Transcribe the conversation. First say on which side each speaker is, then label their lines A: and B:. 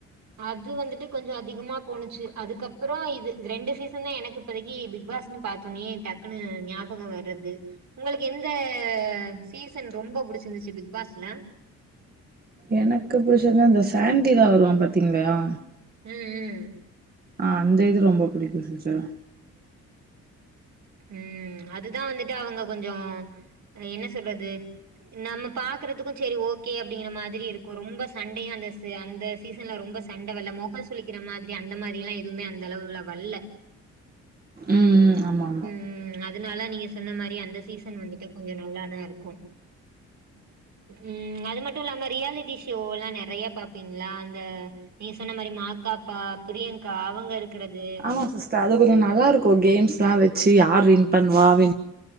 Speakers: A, on the right; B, on the right.
A: அது வந்துட்டு கொஞ்ச அதிகமா போணுச்சு அதுக்கப்றோ இது இது ரெண்டு சீசன் தா எனக்கு இப்பதைக்கி பிக்பாஸ்னு பாத்தோனயே டக்குன்னு ஞாபக வர்றது உங்களுக்கு எந்த சீசன் ரொம்ப புடிச்சிருந்துச்சு பிக் பாஸ்ல
B: எனக்கு புடிச்சிருந்த அந்த சாண்டிதா வருவா பாத்தீங்ளயா
A: உம் உம்
B: ஆ அந்த இது ரொம்ப புடிக்கும் சிஸ்டர்
A: உம் அதுதா வந்துட்டு அவங்க கொஞ்சோ என்ன சொல்றது நம்ம பாக்குறதுக்கு செரி ஓகே அப்டிங்கிற மாதிரி இருக்கும் ரொம்ப சண்டையும் அந்த ச அந்த சீசன்ல ரொம்ப சண்ட வல்ல முகம் சுலிக்கிற மாரி அந்த மாரி எல்லாம் எதுவுமே அந்த அளவுல வல்ல
B: ம் ம் ஆமா ஆமா
A: உம் அதனால நீங்க சொன்ன மாரி அந்த சீசன் வந்துட்டு கொஞ்ச நல்லாதா இருக்கு உம் அது மட்டு இல்லாம ரியாலிட்டி ஷோ எல்லா நெறய பாப்பீங்ளா அந்த நீங்க சொன்ன மாரி மாகாபா பிரியங்கா அவங்க இருக்கறது
B: ஆமா சிஸ்டர் அது கொஞ்ச நல்லா இருக்கு கேம்ஸ்ல்லா வெ ச்சு யார் வின் பண்ணுவா வின்